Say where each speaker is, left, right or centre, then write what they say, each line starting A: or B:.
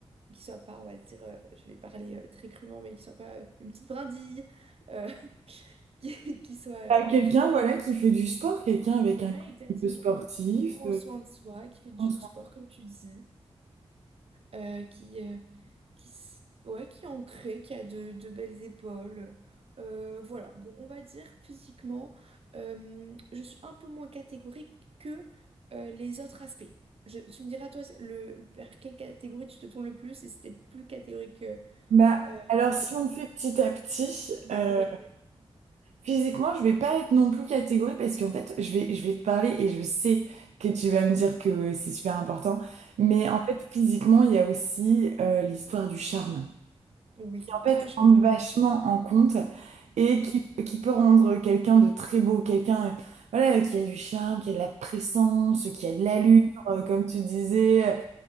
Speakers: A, on the right; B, on the right.
A: qu'il soit pas, on va dire, euh, je vais parler euh, très crûment, mais qu'il soit pas euh, une petite brindille, euh, <laughs> qu'il qu'il soit
B: À
A: euh,
B: quelqu'un,
A: ancré.
B: voilà, qui fait du sport, quelqu'un avec
A: Ouais,
B: un corps
A: exactement.
B: un peu sportif,
A: Il prend soin de soi, qui fait du
B: euh,
A: sport, comme tu dis, euh, qui, euh, qui, s- ouais, qui est ancré, qui a de, de belles épaules. Euh, voilà, bon, on va dire physiquement, euh, je suis un peu moins catégorique que euh, les autres aspects. Je- tu me diras, toi, le, vers quelle catégorie tu te tournes le plus et si t'es plus catégorique euh,
B: Bah,
A: euh,
B: alors
A: vers
B: si
A: quoi?
B: on fait petit à petit, euh,
A: Oui,
B: physiquement, je vais pas être non plus catégorique parce qu'en fait, je vais, je vais te parler et je sais que tu vas me dire que c'est super important. Mais
A: Mm.
B: en fait, physiquement, il y a aussi euh, l'histoire du charme.
A: oui.
B: Qui, en
A: Ah,
B: fait,
A: je
B: rentre
A: me tourne
B: vachement
A: d'accord.
B: en compte et
A: Mm.
B: qui, qui peut rendre quelqu'un de très beau, quelqu'un euh, voilà, qui a du charme, qui a de la présence, qui a de l'allure, euh, comme tu disais.